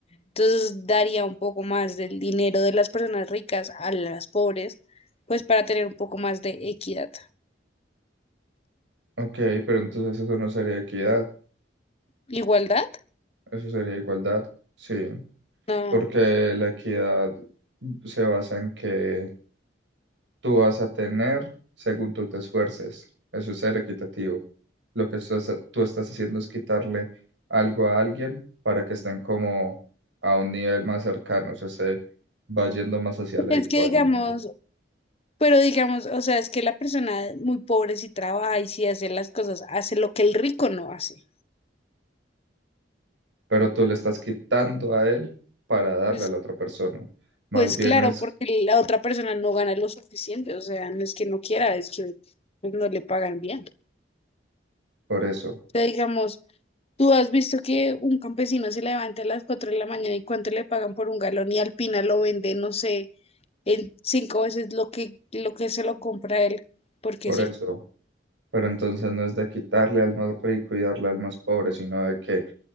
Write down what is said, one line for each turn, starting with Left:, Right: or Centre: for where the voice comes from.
Left: Entonces, daría un poco más del dinero de las personas ricas a las pobres, pues para tener un poco más de equidad.
Right: Ok, pero entonces eso no sería equidad,
Left: ¿Igualdad?
Right: eso sería igualdad. Sí,
Left: No,
Right: porque la equidad se basa en que Tú vas a tener según tú te esfuerces. Eso es ser equitativo. Lo que estás- tú estás haciendo es quitarle algo a alguien para que estén como a un nivel más cercano, o sea, se va yendo más hacia la
Left: es
Right: igualdad.
Left: que digamos, pero digamos, o sea, es que la persona muy pobre si trabaja y si hace las cosas, hace lo que el rico no hace.
Right: Pero tú le estás quitando a él para darle
Left: Pues,
Right: a la otra persona. Más
Left: pues
Right: bien
Left: claro,
Right: es
Left: porque la otra persona no gana lo suficiente, o sea, no es que no quiera, es que pues, no le pagan bien. O
Right: por eso,
Left: sea, digamos, tú has visto que un campesino se levanta a las 4 de la mañana y cuánto le pagan por un galón y Alpina lo vende, no sé, en cinco veces lo que, lo que se lo compra él, porque
Right: por
Left: sí.
Right: eso. Pero entonces no es de quitarle al más rico y darle al más pobre, sino de que